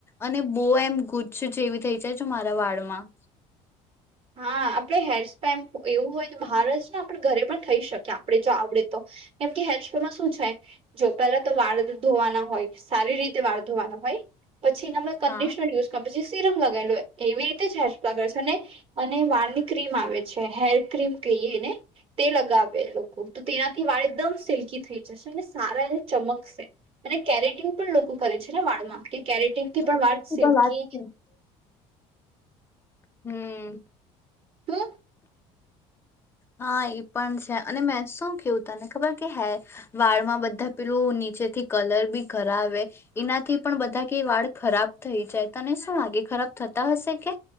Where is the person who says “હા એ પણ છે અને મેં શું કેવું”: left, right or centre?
Left